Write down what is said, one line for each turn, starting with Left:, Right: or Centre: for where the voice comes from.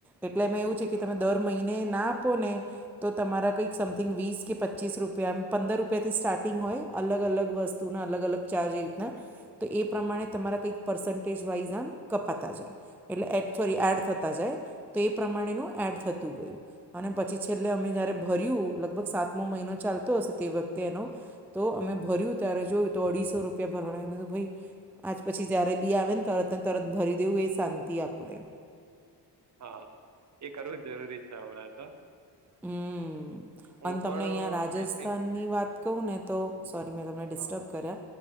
Centre: એટલે એમાં એવું છે
Right: બરાબર
Centre: કે તમે દર મહિને ના. પો ને તો તમારા કઈ સામઠિંગ વીસ કે. પચીસ રૂપિયા એમ પંદર રૂપિયાથી સ્ટાર્ટિંગ હોય અલગ અલગ વસ્તુના અલગ અલગ ચાર્જ એ રીતના. તો એ પ્રમાણે તમારા કંઈક પર્સન્ટેજ વાઇઝ આમ કપાતા જાય એટલે એડ સોરી એડ થતા જાય તો એ પ્રમાણેનું એડ થતું ગયું અને પછી છેલ્લે અમે જયારે ભર્યું લગભગ સાતમો મહિનો ચાલતો હશે તે વખતે એનો તો અમે ભર્યું ત્યારે જોય તો અઢીસો રૂપિયા ભરવાના મેમે તો ભાઈ. આજ પછી જ્યારે બી આવે ને તરત ને તરત ભરી દેવું એ શાંતિ આપણે.
Right: હા એ કરવું જ જરૂરી છે હમણાં તો
Centre: હમ
Right: હું
Centre: અને
Right: પણ
Centre: તમને અહં
Right: આઈ
Centre: રાજસ્થાનની
Right: થિંક
Centre: વાત. ક ને તો સોરી મેં તમને ડિસ્ટર્બ
Right: હા
Centre: કર્યા